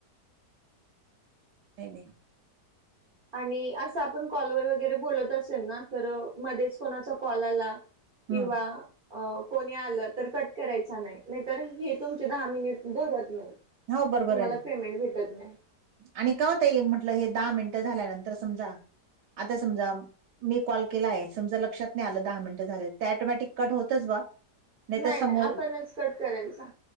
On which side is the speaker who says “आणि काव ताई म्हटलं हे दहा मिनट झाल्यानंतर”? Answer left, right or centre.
Right